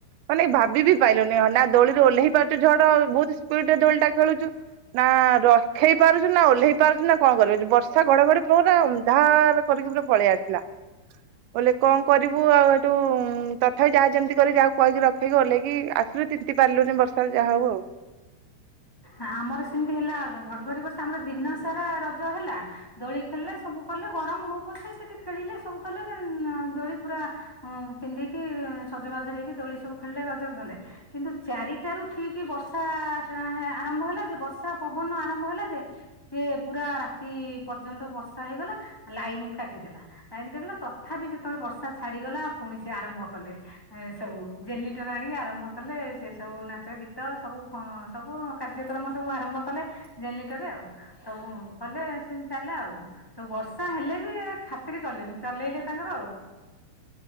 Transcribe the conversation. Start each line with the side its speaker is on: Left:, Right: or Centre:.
Right: ମାନେ ଭାବି ବିି ପାଇଲୁନି ନା ଦୋଳିରେ ଓହ୍ଲେଇ ପାରୁଛୁ ଝଡ ବହୁତ। ଏପଟେ ଦୋଳିଟା ଖେଳୁଛୁ ନା ରହି ଖେଳି ପାରୁଛୁ ନା ଓହ୍ଲେଇ ପାରୁଛୁ ନା କଣ କରି ପାରୁଛୁ, ବର୍ଷା ଘଡଘଡି ପୁରା ଅନ୍ଧାର କରିକି ପୁରା ପଳେଇ ଆସିଲା। ଓହ୍ଲେଇ କଣ କରିବୁ ଆଉ ସେଇଠୁ ତଥାପି ଯାହା ଯେମିତି କରିବି ଯହାକୁ କହିକି ରଖେଇଲୁ ଓଲ୍ହେଇକି ଆସିଲୁ। ତି <unintelligible> ପାରିଲୁନୁ ବର୍ଷାରେ ଯାହା ହଉ ଆଉ।
Centre: ଆମର ସେମିତି ହେଲା ଘଡଘଡି ବର୍ଷା ଆମର ଦିନ ସାରା ରଜ ହେଲା। ଦୋଳି ଖେଳିଲେ ସବୁ କଲେ ଗରମ ହଉ ପଛେ ସେଠି ଖେଳିଲେ ସବୁ କଲେ, ଦୋଳି ପୁରା ହଁ ପିନ୍ଧିକି ସଜବାଜ ହେଇକି ଦୋଳି ସବୁ ଖେଳିଲେ ରଜ କଲେ। କିନ୍ତୁ ଚାରିଟା ରୁ ଠିକ ବର୍ଷା ଆରମ୍ଭ ହେଲା ଯେ ବର୍ଷା ପବନ ଆରମ୍ଭ ହେଲା ଯେ ସେ ପୁରା ରାତି ପର୍ଯ୍ୟନ୍ତ ବର୍ଷା ହେଇଗଲା ଲାଇନ କାଟିଦେଲା। ଲାଇନ୍ କଟିଲା ତଥାପି ସେତେବେଳେ ବର୍ଷା ଛାଡିଗଲା ପୁଣି ସେ ଆରମ୍ଭ କଲେ। ଏ ସବୁ ଜେନରିଟର ଆଣି ଆରମ୍ଭ କଲେ, ସେ ସବୁ ନାଚ ଗୀତ ସବୁ ଫ ସବୁ କାର୍ଯ୍ୟକ୍ରମ ସବୁ ଆରମ୍ଭ କଲେ ଜେନଲିଟରେ ଆଉ। ସବୁ କଲେ ସେମିତି ଚାଲିଲା ଆଉ। ସବୁ ବର୍ଷା ହେଲେ ବି ଖାତିର କଲେନି ଚଲେଇଲେ ତାଙ୍କର ଆଉ।